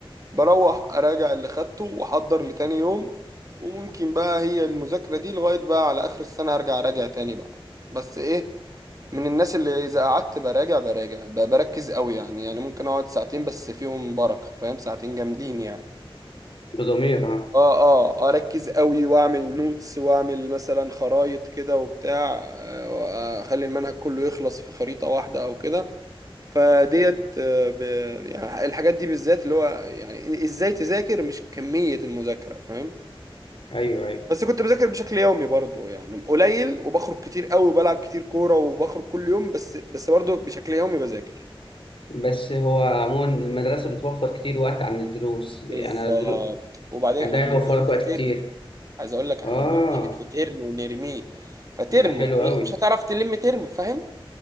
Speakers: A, on the right (about 35°); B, on the left (about 65°).
A: بروح اراجع اللي خدته واحضر لتاني يوم وممكن بقى هي المذاكرة دي لغاية بقى على اخر السنة ارجع اراجع تاني بقى بس ايه من الناس اللي اذا قعدت براجع براجع ب- بركز قوي يعني يعني ممكن اقعد ساعتين بس فيهم بركة فاهم ساعتين جامدين يعني
B: بضمير آه
A: اه اه اركز قوي واعمل نوتس واعمل مثلا خرايط كده وبتاع آه، اخلي المنهج كله يخلص في خريطة واحدة او كده فديت آه، ب... يعني الحاجات دي بالذات اللي هو يعني ازاي تذاكر مش كمية المذاكرة فاهم
B: أيوه أيوه
A: بس كنت بذاكر بشكل يومي برضو يعني قليل وبخرج كتير قوي وبلعب كتير كورة وبخرج كل يوم بس بس برضو بشكل يومي بذاكر
B: بس هو عموما المدرسة بتوفر كتير وقت عن الدروس
A: بالظبط
B: يعني الدرو...
A: وبعدين
B: ده
A: احنا بنمتحن
B: يوفر لك
A: في
B: وقت
A: ترم
B: كتير
A: عايز اقول لك احنا
B: آه
A: بنمتحن في ترم ونرميه فترم
B: ده حلو
A: يعني
B: أوي
A: مش هتعرف تلم ترم فاهم